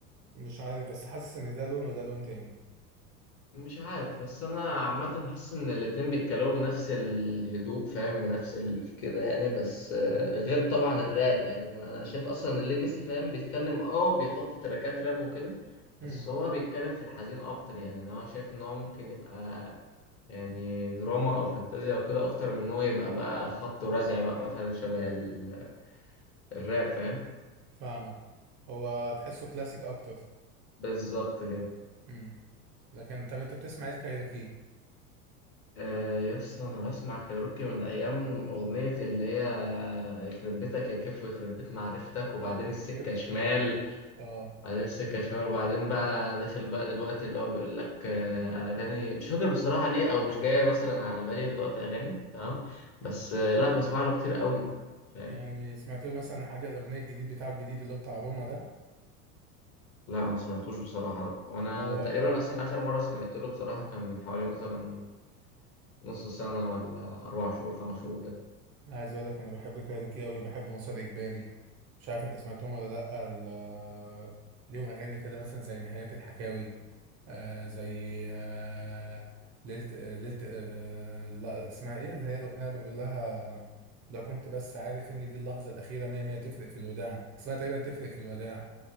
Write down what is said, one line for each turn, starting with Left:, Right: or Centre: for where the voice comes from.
Right: مش عارف بس حاسس ان ده لون وده لون تاني
Left: مش عارف بس انا عامه حاسس ان الاتنين بيتكلموا بنفس الهدوء فاهم بنفس ال- كده يعني بس آه، غير طبعا الراب يعني انا شايف اصلا الليجاسي فاهم بيتكلم اه بيحط تراكات راب وكده
Right: امم
Left: بس هو بيتكلم في الحزين اكتر يعني انا شايف ان هو ممكن يبقى يعني دراما او فانتازيا او كده اكتر من ان هو يبقى بقى خبط ورزع بقى مثلا شبه ال- الراب فاهم
Right: فاهمك هو تحسه كلاسيك اكتر
Left: بالظبط كده
Right: امم لكن طب انت بتسمع ايه الكايروكي
Left: آه، يس انا بسمع كايروكي من ايام اغنيه اللي هي يخرب بيتك يا كيف ويخرب بيت معرفتك وبعدين
Right: آه، اغنيه
Left: السكه
Right: الكيف
Left: شمال
Right: اه
Left: بعدين السكه شمال وبعدين بقى داخل بقى دلوقتي اللي هو بيقول لك آه، اغاني مش فاكر بصراحه ليه او مش جايه مثلا على بالي دلوقتي اغاني تمام بس آه، لا بسمع له كتير قوي فاهم
Right: يعني سمعت له مثلا حاجه الاغنيه الجديد بتاعه الجديد اللي هو بتاع روما ده
Left: لا ما سمعتوش بصراحه ده وانا
Right: اللي هو
Left: تقريبا اصلا اخر مره سمعت له بصراحه كان من حوالي مثلا نص سنه ولا اربع شهور خمس شهور
Right: عايز اقول لك انا بحب كايروكي قوي بحب مسار اجباري مش عارف انت سمعتهم ولا لا ال- ليهم اغاني كده مثلا زي نهايات الحكاوي آه زي آه ليلة آه ليلة آه لا اسمها ايه اللي هي الاغنيه اللي بيقول لها لو كنت بس عارف ان دي اللحظه الاخيره مية مية تفرق في الوداع اسمها تقريبا تفرق في الوداع